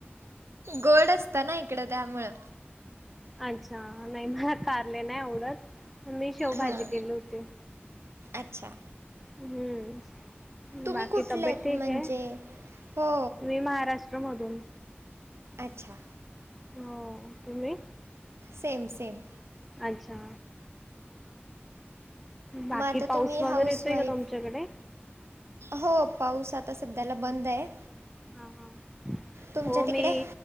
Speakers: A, on the right (about 85°); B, in the centre.
A: गोड असत ना इकडं त्यामुळं
B: अच्छा नाही मला कारले नाही आवडत मी शेवभाजी
A: हां
B: केली होती.
A: अच्छा.
B: हम्म.
A: तुम्ही
B: बाकी
A: कुठले
B: तब्येत
A: आहेत
B: ठीक
A: म्हणजे
B: आहे
A: हो
B: मी महाराष्ट्र मधून
A: अच्छा.
B: हो तुम्ही?
A: सेम सेम
B: अच्छा. बाकी
A: म आता
B: पाऊस
A: तुम्ही
B: वगैरे
A: हाऊसवाईफ
B: येतोय का तुमच्याकडे
A: हो पाऊस आता सध्याला बंद आहे.
B: ह ह
A: तुमच्या
B: हो
A: तिकडे
B: मी